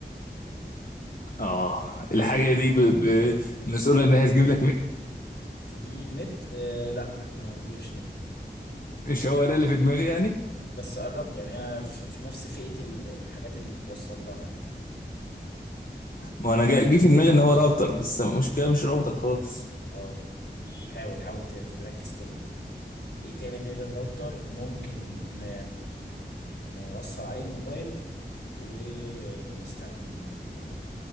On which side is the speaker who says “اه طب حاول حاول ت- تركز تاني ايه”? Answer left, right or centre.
Left